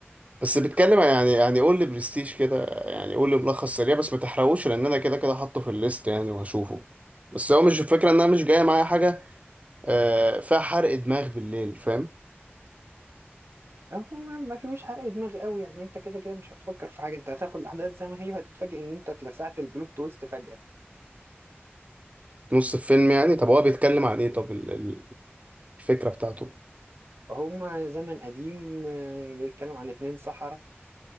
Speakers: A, on the right; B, on the right.
A: بس بيتكلم عن- يعني يعني قول لي برستيج كده يعني قول لي ملخص سريع بس ما تحرقوش لان انا كده كده حاطه في الليست يعني وهشوفه بس هو مش الفكره ان انا مش جايه معايا حاجه آه، فيها حرق دماغ بالليل فاهم
B: <laughs> هو ما ما فيهوش حرق دماغ قوي يعني انت كده كده مش هتفكر في حاجة انت هتاخد الأحداث زي ما هي وهتتفاجئ ان انت اتلسعت البلوت تويست فجأة
A: نص الفيلم يعني طب هو بيتكلم عن ايه طب ال- ال- الفكره بتاعته
B: هما زمن قديم آه، بيتكلم عن اتنين سحرة